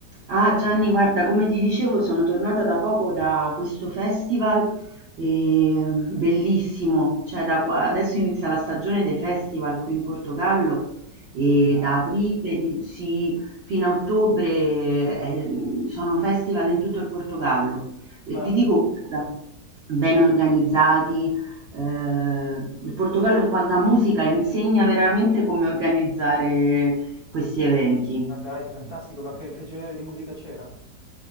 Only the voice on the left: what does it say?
Ma dai,
ma,
ma dai, fantastico, ma che, che genere di musica c'era?